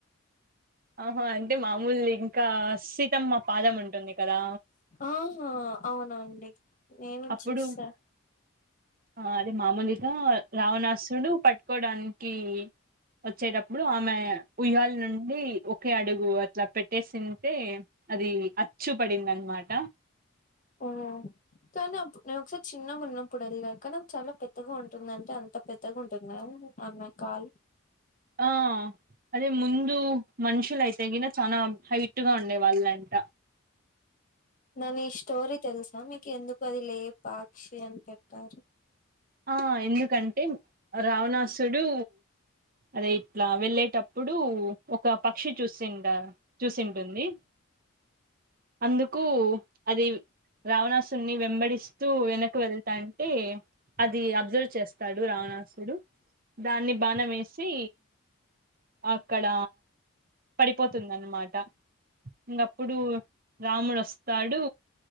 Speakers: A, on the right (about 40°); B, on the left (about 35°).
A: ఆహా అంటే మామూలు ఇంకా సీతమ్మ పాదం ఉంటుంది కదా
B: ఆహా అవును నేను
A: అప్పుడు
B: చూస్తా
A: ఆ అదే మామూలుగా రావణాసుడు పట్టుకోడానికి వచ్చేటప్పుడు ఆమె ఉయ్యాల నుండి ఒకే అడుగు అట్లా పెట్టేసింటే అది అచ్చు పడింది అనమాట
B: ఓ కనీప్పు న ఒకసారి చిన్నగున్నా ఇప్పుడు వెళ్ళాక చాలా పెద్దగా ఉంటుంది అంటే అంత పెద్దగా ఉంటుంది అమ్మాయి కాలు
A: ఆ అదే ముందు మనుషులయితే గిన చనా హైట్ గా ఉండే వాళ్ళంట
B: నని ఈ స్టోరీ తెలుసా మీకు ఎందుకు అది లే పాక్షి అని పెట్టారు
A: ఆ ఎందుకంటే రావణాసుడు అదే ఇట్లా వెళ్ళేటప్పుడు ఒక పక్షి చూసిండ చూసింటుంది అందుకు అది రావణాసురు ని వెంబడిస్తూ వెనక వెళ్తాంటే అది అబ్జర్వ్ చేస్తాడు రావణాసు దాన్ని బాణమేసి అక్కడ పడిపోతుందన్నమాట ఇంకప్పుడు రాముడు వస్తాడు.